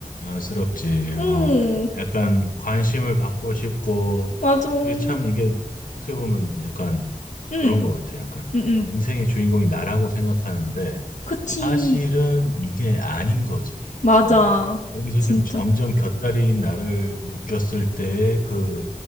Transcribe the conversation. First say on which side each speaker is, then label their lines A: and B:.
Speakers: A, on the left; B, on the left.
A: 안쓰럽지. 어,
B: 응.
A: 약간 관심을 받고 싶고,
B: 맞아. 응,
A: 이게 참 이게 어떻게 보면 약간
B: 응,
A: 그런 것 같아. 약간
B: 응.
A: 인생의 주인공이 나라고 생각하는데
B: 그치.
A: 사실은 이게 아닌 거지.
B: 맞아.
A: 어, 그러면서
B: 진짜.
A: 좀 점점 곁다리인 나를 느꼈을 때의 그